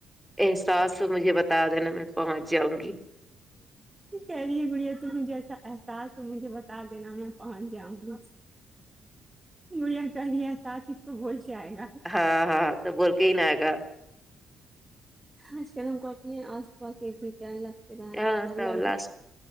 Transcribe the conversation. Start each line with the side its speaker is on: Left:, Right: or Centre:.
Centre: احساس ہو مجھے بتا دینا میر پہنچ جاؤں گی
Right: ہ کہہ رہی ہے گڑیا تمہیں جیسا احساس ہو مجھے بتا دینا میں پہنچ جاؤں گی گڑیا کہہ رہی ا حساس اس کو ہو ہی گیا ہے نہ
Centre: ہاں ہاں تو بول کے ہی نا گا
Right: آج کل ہم کو اپنے آس پاس ایک بھیتا لگتے رہ
Centre: ہاں
Right: دن
Centre: تو
Right: لڑ
Centre: لاسٹ
Right: نا